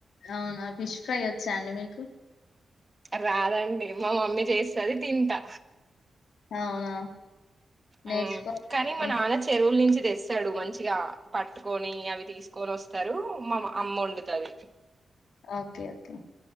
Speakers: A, on the left; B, on the right.
A: అవునా ఫిష్ ఫ్రై వచ్చా అండి మీకు
B: రాదండి మా మమ్మీ చేస్తది తింటా
A: అవునా నేర్చుకోవాలండి
B: హ్మ్ కాని మా నాన్న చెరువుల నుంచి తెస్ తడు మంచిగా పట్టుకొని అవి తీసుకొని వస్తారు మా అమ్మ వొండుతది
A: ఓకే ఓకే